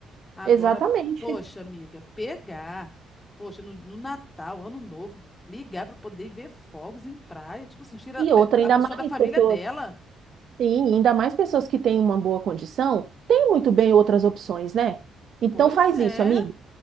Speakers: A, on the left; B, on the right.
A: Agora,
B: Exatamente.
A: poxa, amiga, pegar, poxa, no, no Natal, Ano Novo, ligar para poder ver fogos em praia, tipo assim, tira
B: E
A: é,
B: outra, ainda
A: a pessoa
B: mais
A: da família
B: pessoas,
A: dela.
B: sim, ainda mais pessoas que têm uma boa condição, têm muito bem outras opções, né? Então
A: Pois
B: faz
A: é.
B: isso, amiga.